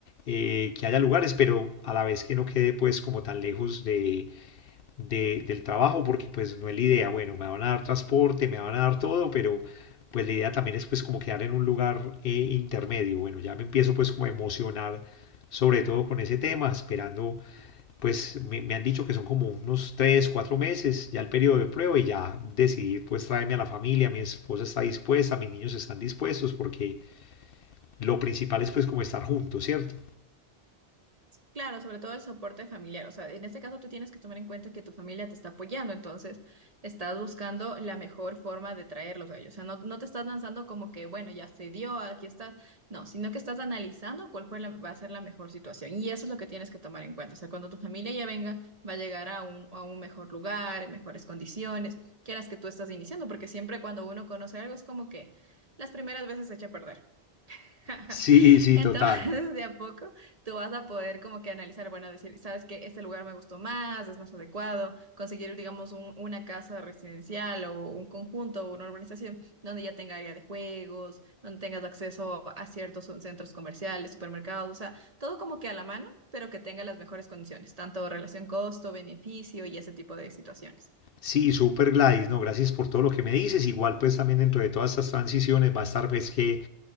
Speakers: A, on the left (about 65°); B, on the right (about 40°).
A: eh, que haya lugares, pero a la vez que no quede pues como tan lejos de de- del trabajo porque pues no es la idea, bueno, me van a dar transporte, me van a dar todo, pero pues la idea también es pues como quedar en un lugar eh, intermedio, bueno, ya me empiezo pues como a emocionar sobre todo con ese tema, esperando pues me, me han dicho que son como unos 3 4 meses ya el periodo de prueba y ya decidir pues traerme a la familia, mi esposa está dispuesta, mis niños están dispuestos porque lo principal es pues como estar juntos, ¿cierto?
B: Claro, sobre todo el soporte familiar. O sea, en este caso tú tienes que tomar en cuenta que tu familia te está apoyando, entonces estás buscando la mejor forma de traerlos a ellos. O sea, no, no te estás lanzando como que, bueno, ya se dio, aquí estás. No, sino que estás analizando cuál fue la- va a ser la mejor situación. Y eso es lo que tienes que tomar en cuenta. O sea, cuando tu familia ya venga, va a llegar a un, a un mejor lugar, en mejores condiciones, que las que tú estás iniciando, porque siempre cuando uno conoce algo es como que las primeras veces se echa a perder. <laughs>
A: Sí, sí,
B: Entonces,
A: total.
B: de a poco, tú vas a poder como que analizar, bueno, decir, sabes que este lugar me gustó más, es más adecuado, conseguir, digamos, un- una casa residencial o un conjunto o una urbanización donde ya tenga área de juegos, donde tengas acceso a ciertos centros comerciales, supermercados, o sea, todo como que a la mano, pero que tenga las mejores condiciones, tanto relación costo-beneficio y ese tipo de situaciones.
A: Sí, super Gladys, no, gracias por todo lo que me dices. Igual pues también dentro de todas estas transiciones va a estar pues que